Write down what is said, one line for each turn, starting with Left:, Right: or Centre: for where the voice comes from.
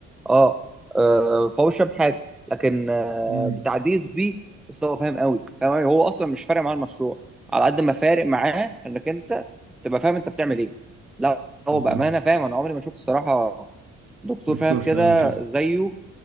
Centre: اه آه، فهو مش فاهم حاجه لكن آه،
Right: مم.
Centre: بتاع دي اس بي بس هو فاهم قوي فاهم أوي. هو اصلا مش فارق معاه المشروع على قد ما فارق معاه انك انت تبقى فاهم انت بتعمل ايه لا هو
Right: بالظبط
Centre: بامانه فاهم انا عمري ما شفت الصراحه دكتور
Right: دكتور
Centre: فاهم كده
Right: فاهم كده
Centre: زيه